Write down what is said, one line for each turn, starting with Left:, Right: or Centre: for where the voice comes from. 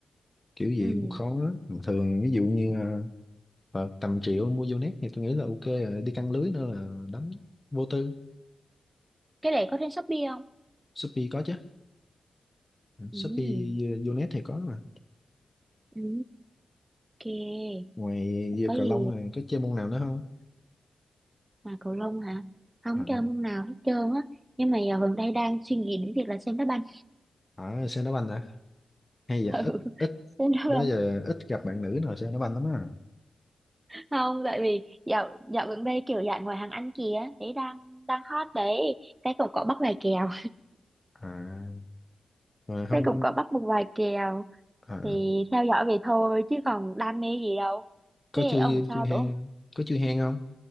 Left: kiểu gì
Right: ừ.
Left: cũng khó á. thường ví dụ như ờ, Phật tầm triệu mua vô net thì tôi nghĩ là ok rồi. đi căng lưới nữa là đánh vô tư
Right: cái này có trên Shopee không
Left: Shopee có chứ Ừ, Shopee
Right: ừ.
Left: vô net thì có mà
Right: Ừ. ok
Left: ngoài giờ
Right: có gì
Left: cầu lông này có chơi môn nào nữa không
Right: mà cầu lông hả không
Left: à,
Right: chơi môn nào hết trơn á nhưng mà giờ gần đây đang suy nghĩ đến việc là xem đá banh
Left: à xe đá banh à hay giờ
Right: <laughs>
Left: ít
Right: ừ.
Left: ít
Right: xem đá
Left: đó
Right: banh
Left: giờ ít gặp bạn nữ nào xe đá banh lắm á
Right: không tại vì dạo dạo gần đây kiểu dạng ngoài hàng ăn kìa đấy đang đang hot đấy cái cũng có bắt vài kèo
Left: à
Right: <laughs>
Left: mà không
Right: cái cũng có bắt một vài kèo
Left: à,
Right: thì theo dõi vậy thôi chứ còn đam mê gì đâu
Left: có
Right: thế
Left: chui
Right: ông sao
Left: chui hang
Right: tối hôm-
Left: có chui hang không